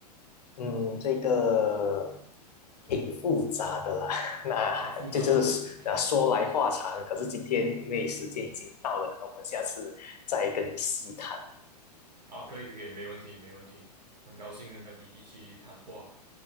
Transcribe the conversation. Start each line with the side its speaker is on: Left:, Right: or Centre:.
Left: 嗯，这个挺复杂的啦，<laughs> 那这就是啊说来话长。
Right: 哦，复杂吗？OK，
Left: 可是今天因为时间已经到了，可能我们下次再跟你细谈。
Right: 啊，可以，可以，没问题，没问题。很高兴和你一起谈话。